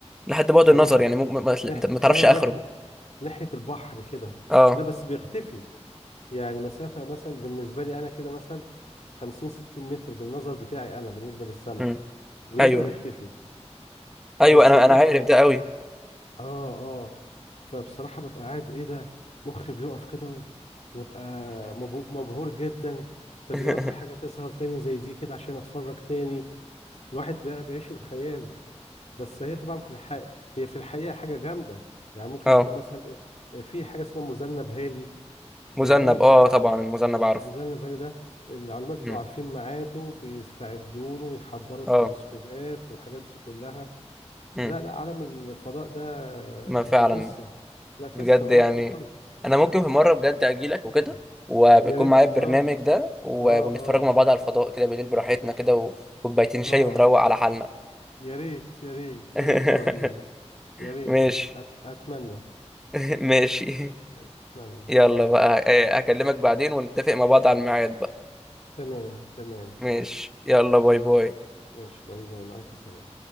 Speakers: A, in the centre; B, on the left.
A: لحد بعد
B: ناحية
A: النظر يعني مو... ما... ما
B: ناحية
A: ما تعرفش
B: اه
A: اخره
B: ناحية ناحية البحر كده
A: اه
B: لا بس بيختفي يعني مسافة مثلا بالنسبة لي انا كده مثلا 50 60 متر بالنظر بتاعي انا بالنسبة للسماء
A: امم
B: ويجري
A: ايوه
B: ويختفي
A: ايوه
B: بس
A: انا
B: ده
A: انا عارف ده قوي
B: اه اه فبصراحة ببقى قاعد ايه ده مخي بيقف كده و- وببقى مبه- مبهور جدا طب
A: <laughs>
B: يا رب حاجة تظهر تاني زي دي كده عشان اتفرج تاني الواحد بي- بيعيش الخيال بس هي طبعا في الحقيقة هي في الحقيقة حاجة جامدة يعني ممكن
A: اه
B: يكون مثلا آه، في حاجة اسمها مذنب هالي المذنب
A: مذنب اه
B: هالي
A: طبعا المذنب عارف
B: المذنب هالي ده العلماء بيبقوا
A: مم.
B: عارفين ميعاده بيستعدوا له ويحضروا التلسكوبات
A: اه
B: والحاجات دي كلها
A: مم.
B: لا لا عالم الفضاء ده
A: ما فعلا
B: دي قصة لا قصة
A: بجد
B: لوحده
A: يعني
B: خالص
A: انا ممكن في مره بجد اجي لك وكده
B: مم.
A: وبيكون
B: يا ريت
A: معايا البرنامج
B: اه
A: ده و...
B: اه
A: ونتفرج
B: اه
A: مع بعض على الفضاء كده بالليل براحتنا كده وكوبايتين شاي
B: اه
A: ونروق على حالنا
B: يا ريت يا ريت
A: <laughs>
B: يا ريت توريني يا ريت
A: ماشي
B: أت أت أتمنى
A: <laughs> ماشي
B: أتمنى
A: يلا بقى آه، هكلمك بعدين ونتفق مع بعض على الميعاد بقى
B: تمام تمام
A: ماشي يلا باي باي
B: ماشي باي باي مع ألف سلامة